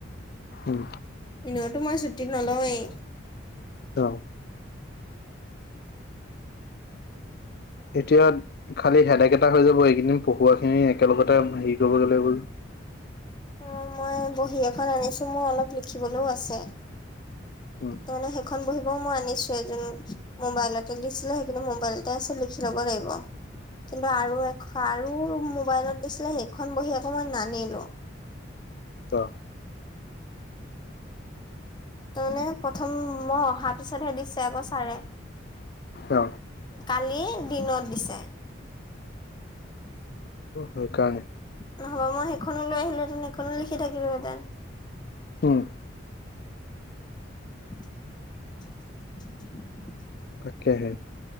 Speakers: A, on the left (about 50°); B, on the left (about 20°).
A: উম
B: এনেওতো মই ছু্টীত নলওঁৱেই।
A: অ এতিয়া খালি হেদাক এটা হৈ যাব এইকেইদিন পঢ়ুৱা খিনি একেলগতে হে <unintelligible>
B: অহ, মই বহী এখন আনিছো মোৰ অলপ লিখিবলৈও আছে।
A: উম
B: তাৰমানে সেইখন বহী বাৰু মই আনিছোৱে, এজন মোবাইলতে দিছিলে, সেইখিনি মোবাইলতে আছে লিখি ল'ব। ব লাগিব। কিন্তু আৰু এখন আৰু মোবাইলত দিছিলে, সেইখন বহি আকৌ মই নানিলো।
A: ত'?
B: তাৰমানে প্ৰথম মই অহাৰ পিছতহে দিছে আকৌ ছাৰে।
A: অ
B: কালি দিনত দিছে।
A: সেই কাৰণে
B: নহ'বা মই সেইখনো লৈ আহিলোহেঁতেন, সেইখনো লিখি থাকিলোহেঁতেন।
A: উম
B: <inaudible> <unintelligible>
A: তাকেহে।